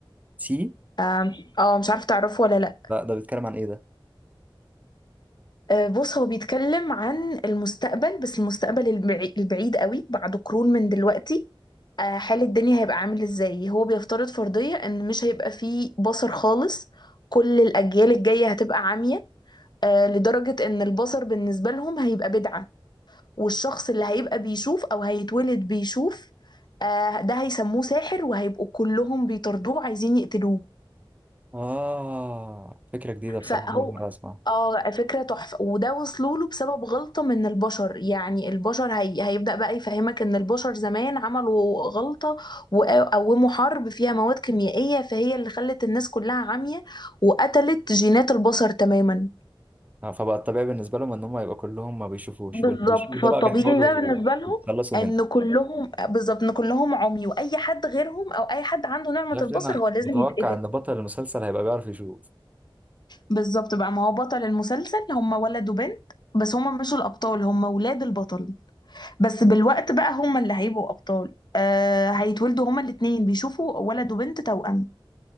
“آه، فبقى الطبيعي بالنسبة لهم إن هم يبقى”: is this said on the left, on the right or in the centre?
Right